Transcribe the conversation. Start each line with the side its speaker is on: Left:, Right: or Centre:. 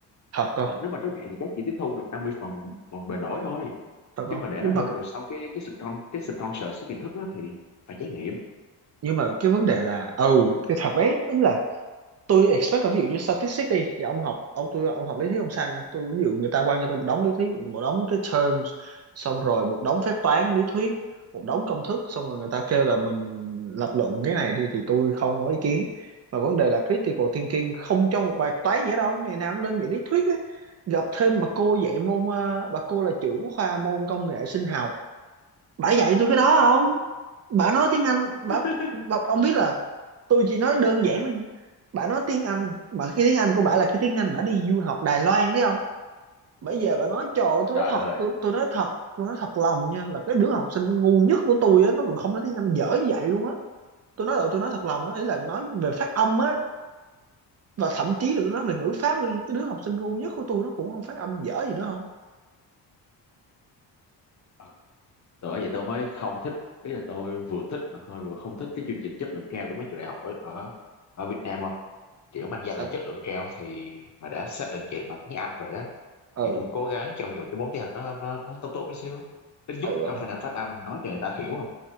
Right: thật không
Left: hoặc nếu mà nó vậy thì chắc chỉ tiếp thu được 50 phần phần bề nổi thôi
Right: thật không
Left: chứ mà để
Right: nhưng
Left: nó vô
Right: mà
Left: được sau cái cái sponsor cái sponsor cái tiềm thức đó thì phải trải nghiệm
Right: nhưng mà cái vấn đề là ừ cái thật đấy tức là tôi expect là ví dụ như statistics đi thì ông học ông tôi ông học lý thuyết ông sao nha tôi ví dụ người ta quăng cho tôi một đống lý thuyết một đống cái terms xong rồi một đống phép toán lý thuyết một đống công thức xong rồi người ta kêu là mình lập luận cái này đi thì tôi không có ý kiến mà vấn đề là critical thinking không trong một bài toán gì hết đâu ngày nào cũng lên dạy lý thuyết á gặp thêm bà cô dạy môn ờ, bà cô là trưởng khoa môn công nghệ sinh học bả dạy tôi cái đó không bả nói tiếng Anh bả,
Left: <laughs>
Right: bả ông biết là tôi chỉ nói đơn giản thôi nha bả nói tiếng Anh mà cái tiếng Anh của bả là cái tiếng Anh bả đi du học Đài Loan đấy không bây giờ bả nói trời ơi, tôi
Left: trời
Right: nói thật
Left: đất ơi
Right: tôi, tôi nói thật tôi nói thật lòng nha là cái đứa học sinh ngu nhất của tôi á nó còn không nói tiếng Anh dở như vậy luôn á tôi nói là tôi nói thật lòng á ý là nói về phát âm á và thậm chí là tôi nói về ngữ pháp luôn cái đứa học sinh ngu nhất của tôi nó cũng không phát âm dở gì nữa không
Left: Ờ, từ bởi vậy tôi mới không thích ý là tôi vừa thích mà tôi vừa không thích cái chương trình chất lượng cao của mấy trường đại học ở ở, ở Việt Nam không kiểu mang
Right: sao
Left: danh là chất lượng cao thì mà đã xác định vậy bằng tiếng Anh rồi á
Right: ừ
Left: thì cũng cố gắng trau dồi cái vốn tiếng Anh nó nó nó tốt tốt một xíu ít nhất
Right: ừ
Left: là có khả năng phát âm nói cho người ta hiểu không